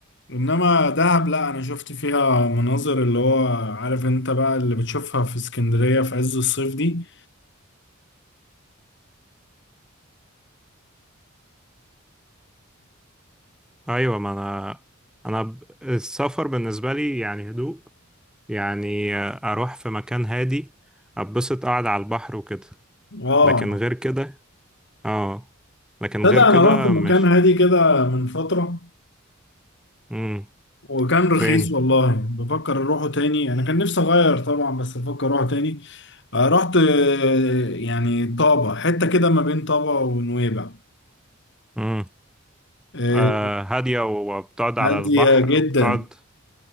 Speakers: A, on the left (about 60°); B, in the centre.
A: انما دهب لا انا شفت فيها مناظر اللي هو عارف انت بقى اللي بتشوفها في اسكندريه في عز الصيف دي
B: ايوه ما انا انا ب- السفر بالنسبه لي يعني هدوء يعني اروح في مكان هادي اتبسط قاعد على البحر وكده
A: اه
B: لكن غير كده اه لكن
A: تصدق
B: غير كده
A: انا رحت مكان
B: مش
A: هادي كده من فتره
B: امم
A: وكان رخيص
B: فين
A: والله بفكر اروحه تاني انا كان نفسي اغير طبعا بس بفكر اروحه تاني آه، رحت آه، يعني طابة حتة كده ما بين طابة ونويبع
B: امم
A: آه،
B: آه هاديه وبتقعد على
A: هادية
B: البحر
A: جدا
B: وبتقعد